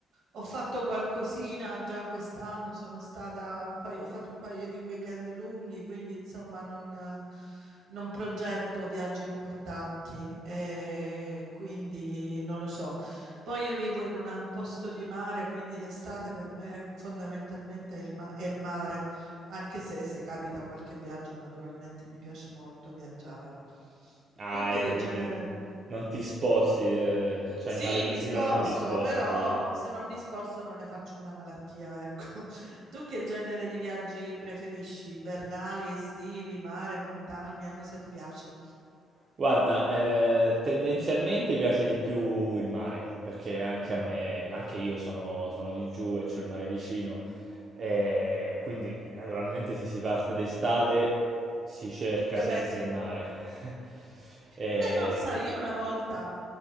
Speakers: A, on the right; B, on the right.
A: ho fatto qualcosina già quest'anno, sono stata un paio, ho fatto un paio di weekend lunghi, quindi insomma non, eh, non progetto viaggi importanti, e quindi non lo so. Poi io vivo in una- un posto di mare, quindi l'estate per me fondamentalmente è, il ma- è mare, anche se se capita qualche viaggio naturalmente mi piace molto viaggiare.
B: Ah,
A: Tu che
B: ecco, quindi
A: genere?
B: non ti sposti, eh, c'è
A: Sì,
B: il mare vicino,
A: mi sposto,
B: non ti sposti.
A: però se non mi sposto non ne faccio una malattia, ecco. <laughs> Tu che genere di viaggi preferisci? Invernali, estivi, mare, montagna? Cosa ti piace?
B: Guarda, eh, tendenzialmente piace di più il mare, perché anche
A: Mm.
B: a me, anche io sono, sono di giù e c'ho il mare vicino, eh, quindi eh, naturalmente se si parte d'estate si cerca
A: Eh
B: sempre
A: beh, sì.
B: il mare. <laughs> Eh,
A: Beh, no, sai, io una volta